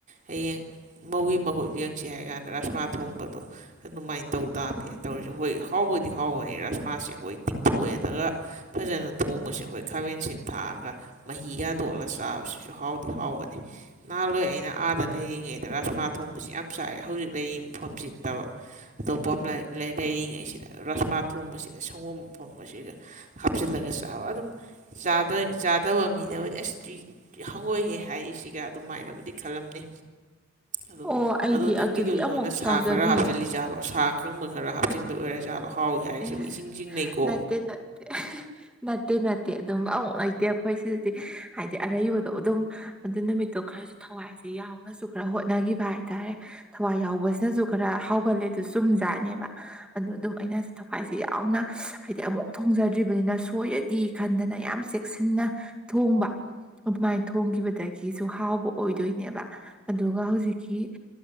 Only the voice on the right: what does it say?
ꯍꯌꯦꯡ ꯃꯧꯒꯤ ꯃꯍꯨꯠ ꯌꯦꯡꯁꯤ ꯍꯥꯏ ꯀꯥꯟꯗ ꯔꯥꯁꯃꯥ ꯊꯣꯡꯕꯗꯣ ꯑꯗꯨꯃꯥꯏꯅ ꯇꯧ ꯇꯥꯕꯅꯦ ꯇꯧꯔꯤꯁꯦ ꯍꯣꯏ ꯍꯥꯎꯕꯗꯤ ꯍꯥꯎꯕꯅꯦ ꯔꯁꯃꯥꯁꯦ ꯑꯩꯈꯣꯏ ꯇꯤꯡꯊꯣꯛꯑꯦ ꯑꯗꯨꯒ ꯐꯖꯅ ꯊꯣꯡꯕꯁꯦ ꯈꯣꯏ ꯈꯥꯃꯦꯟ ꯑꯁꯤꯟ ꯊꯥꯛꯑꯒ ꯃꯍꯤꯒ ꯇꯣꯠꯂꯒ ꯆꯥꯕꯁꯤꯁꯨ ꯍꯥꯎꯗꯤ ꯍꯥꯎꯕꯅꯤ ꯅꯍꯥꯟꯋꯥꯏ ꯑꯩꯅ ꯑꯥꯗ ꯂꯩꯔꯤꯉꯩꯗ ꯔꯥꯁꯃꯥ ꯊꯣꯡꯕꯁꯤ ꯌꯥꯝ ꯆꯥꯏ ꯍꯧꯖꯤꯛ ꯂꯩꯔꯤ ꯃꯐꯝꯁꯤ ꯅꯠꯇꯕ ꯑꯇꯣꯞꯄ ꯑꯃ ꯂꯩꯔꯤꯉꯩꯁꯤꯗ ꯔꯁꯃꯥ ꯊꯣꯡꯕꯁꯤꯗ ꯁꯪꯒꯣꯝ ꯑꯐꯝꯕꯁꯤꯒ ꯍꯥꯞꯆꯤꯜꯂꯒ ꯆꯥꯕ ꯑꯗꯨꯝ ꯆꯥꯗ ꯆꯥꯗꯕ ꯃꯤ <unintelligible> ꯑꯁ ꯍꯪꯉꯣꯏꯍꯦ ꯍꯥꯏꯔꯤꯁꯤꯒ ꯑꯗꯨꯃꯥꯏꯅꯕꯨꯗꯤ ꯈꯜꯂꯝꯅꯤ ꯑꯗꯨ
ꯑꯗꯣ ꯅꯪꯒꯤꯗꯨꯣ
ꯂꯣꯟꯅ
ꯁꯥ
ꯈꯔ ꯍꯥꯞꯆꯤꯜꯂꯤꯖꯥꯠꯂꯣ ꯁꯥ ꯑꯀꯪꯕ ꯈꯔ ꯍꯥꯞꯆꯤꯟꯕ ꯑꯣꯏꯔꯖꯥꯠꯂꯣ ꯍꯥꯎꯏ ꯍꯥꯏꯔꯤꯁꯤꯕꯨ
ꯏꯆꯝꯡ ꯆꯤꯡꯅꯩꯀꯣ